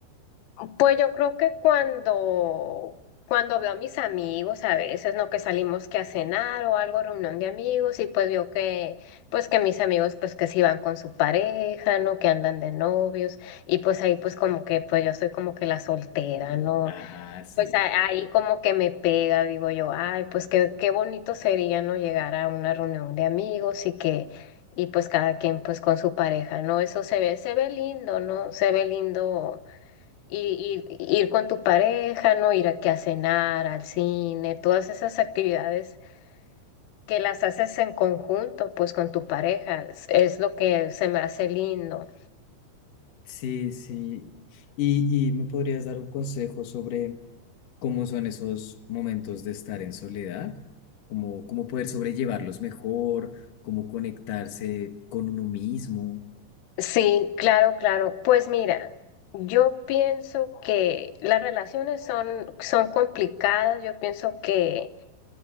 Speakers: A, on the left; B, on the left.
A: Pues yo creo que cuando, cuando veo a mis amigos, a veces, ¿no? Que salimos que a cenar o algo, reunión de amigos, y pues veo que, pues que mis amigos, pues que sí van con su pareja, ¿no? Que andan de novios, y pues ahí pues como que, pues yo soy como que la soltera, ¿no?
B: Ajá, sí.
A: Pues a- ahí como que me pega, digo yo, ay, pues qué, qué bonito sería, ¿no? Llegar a una reunión de amigos y que, y pues cada quien pues con su pareja, ¿no? Eso se ve, se ve lindo, ¿no? Se ve lindo ir, ir con tu pareja, ¿no? Ir aquí a cenar, al cine, todas esas actividades que las haces en conjunto, pues con tu pareja, es es lo que se me hace lindo.
B: Sí, sí. ¿Y, y me podrías dar un consejo sobre cómo son esos momentos de estar en soledad? ¿Cómo, cómo poder sobrellevarlos mejor? ¿Cómo conectarse con uno mismo?
A: Sí, claro, claro. Pues mira, yo pienso que las relaciones son, son complicadas. Yo pienso que,